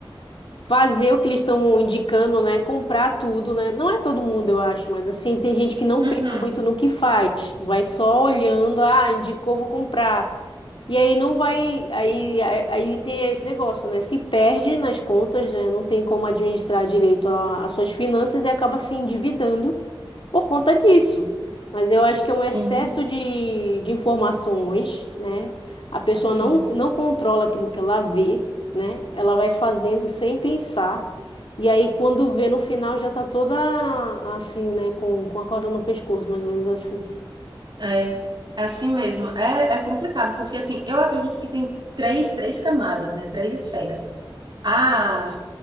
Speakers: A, on the left; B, on the right.
A: fazer o que eles estão indicando, né? Comprar tudo, né? Não é todo mundo, eu acho, mas assim, tem gente que não
B: Uhum.
A: pensa muito no que faz, vai só olhando, ah, indicou, vou comprar. E aí não vai, aí, aí aí tem esse negócio, né? Se perde nas contas, né? Não tem como administrar direito a- as suas finanças e acaba se endividando por conta disso. Mas eu acho que é
B: Sim,
A: um excesso de, de informações, né? A pessoa
B: sim.
A: não, não controla aquilo que ela vê, né? Ela vai fazendo sem pensar. E aí, quando vê no final, já tá toda assim, né? Com, com a corda no pescoço, mais ou menos assim.
B: É, é assim mesmo. É, é complicado, porque assim, eu acredito que tem três, três camadas, né? Três esferas. Ah,